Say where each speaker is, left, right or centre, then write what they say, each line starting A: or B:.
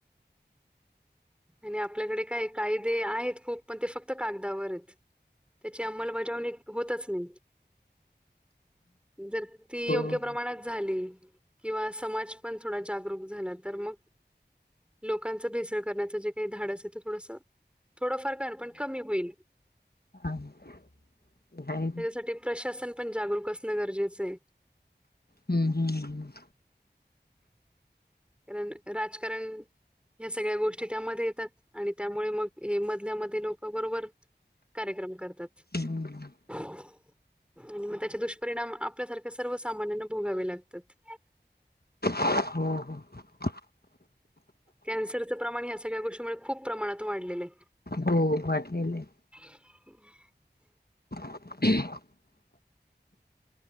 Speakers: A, in the centre; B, on the left (about 60°).
A: आणि आपल्याकडे काय कायदे आहेत खूप पण ते फक्त कागदावरच त्याची अंमलबजावणी होतच नाही. जर ती
B: हो
A: योग्य प्रमाणात झाली किंवा समाज पण थोडा जागरूक झाला तर मग लोकांचा भेसळ त्यांचं जे काही धाडस आहे ते थोडस थोडंफार कर पण कमी होईल.
B: हा ते आहे
A: त्याच्यासाठी प्रशासन पण जागरूक असणं गरजेचं आहे.
B: हम्म हम्म
A: कारण राजकारण ह्या सगळ्या गोष्टी त्यामध्ये येतात आणि त्यामुळे मग हे मधल्या मध्ये लोक बरोबर कार्यक्रम करतात.
B: हम्म
A: आणि मग त्याचे दुष्परिणाम आपल्यासारख्या सर्व सामान्यांना भोगावे लागतात.
B: हो
A: कॅन्सरचं प्रमाण या सगळ्या गोष्टीमुळे खूप प्रमाणात वाढलेलं आहे.
B: हो वाटलेलं आहे.
A: <unintelligible>
B: <inaudible>